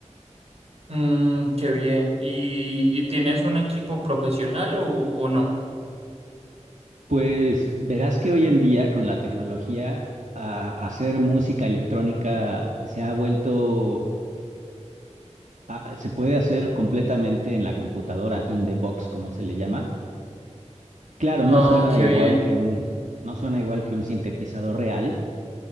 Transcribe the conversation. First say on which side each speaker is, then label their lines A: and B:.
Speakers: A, on the right (about 55°); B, on the right (about 80°).
A: mm, qué bien. ¿Y, y tienes un equipo profesional o, o no?
B: Pues verás que hoy en día con la tecnología a- hacer música electrónica se ha vuelto ah, se puede hacer completamente en la computadora, in the box, como se le llama. Claro,
A: Ah,
B: no suena
A: qué
B: igual
A: bien,
B: que un, no suena igual que un sintetizador real.